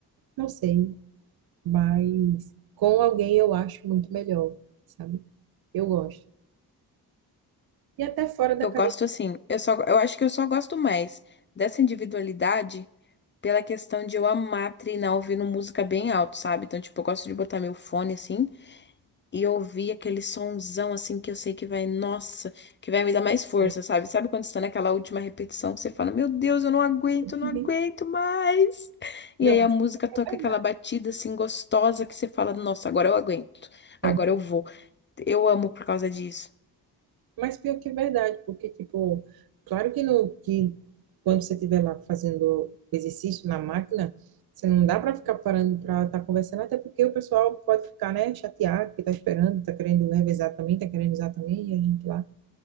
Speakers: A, on the right (about 65°); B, on the left (about 30°).
A: Não sei, Mas com alguém eu acho muito melhor, sabe? Eu gosto. E até fora da
B: Eu
A: cadeia.
B: gosto assim, eu só, eu acho que eu só gosto mais dessa individualidade pela questão de eu amar treinar ouvindo música bem alto, sabe? Então, tipo, eu gosto de botar meu fone assim e ouvir aquele sonzão assim que eu sei que vai, nossa, que vai me dar mais força,
A: de fé.
B: sabe? Sabe quando você tá naquela última repetição que você fala, meu Deus, eu não aguento,
A: Uhum.
B: eu não aguento mais. E
A: Não,
B: aí
A: mas
B: a música
A: pior que
B: toca
A: é verdade.
B: aquela batida assim gostosa que você fala, nossa, agora eu aguento,
A: É,
B: agora eu vou. Eu amo por causa disso.
A: mas pior que é verdade, porque, tipo, claro que, no, que quando você estiver lá fazendo exercício na máquina, você não dá para ficar parando para estar conversando, até porque o pessoal pode ficar, né, chateado, que tá esperando, tá querendo revezar também, tá querendo usar também, e a gente lá.